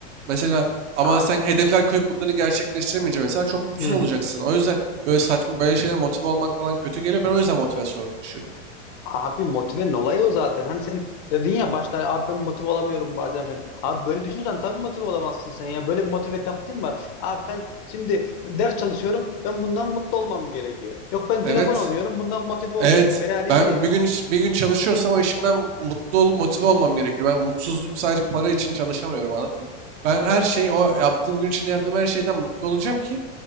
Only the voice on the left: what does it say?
abi
hı,
abi motivenin olayı o zaten. Hani sen dedin ya başta abi ben motive olamıyorum bazen falan. Abi böyle düşünürsen tabii motive olamazsın sen ya. Böyle bir motive taktiğin var. Abi ben şimdi ders çalışıyorum. Ben bundan mutlu olmam gerekiyor. Yok ben
telefon oynuyorum. Bundan motive olayım.
Veya ne
bileyim